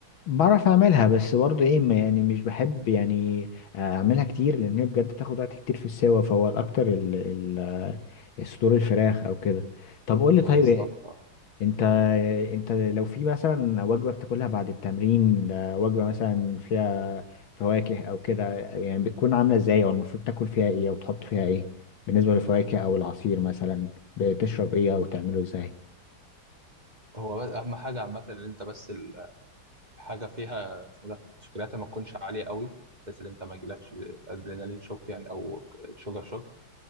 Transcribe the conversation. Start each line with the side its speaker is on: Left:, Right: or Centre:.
Left: بعرف اعملها بس برضه ايه ما- يعني مش بحب يعني آه، اعملها كتير لان هي بجد بتاخد وقت كتير في السوا فهو الاكتر ال ال الصدور الفراخ او كده طب قول لي
Right: ما
Left: طيب
Right: بالظبط
Left: ايه
Right: اه
Left: انت انت لو في مثلا وجبة بتاكلها بعد التمرين آه، وجبة مثلا فيها فواكه او كده يعني بتكون عاملة ازاي او المفروض تاكل فيها ايه او تحط فيها ايه بالنسبة للفواكه او العصير مثلا بتشرب ايه او تعمله ازاي
Right: هو بس اهم حاجه عامه ان انت بس حاجه فيها اسمه ده الشوكولاته ما تكونش عاليه قوي بس اللي انت ما يجيلكش ادرينالين شوك يعني او شوجر شوك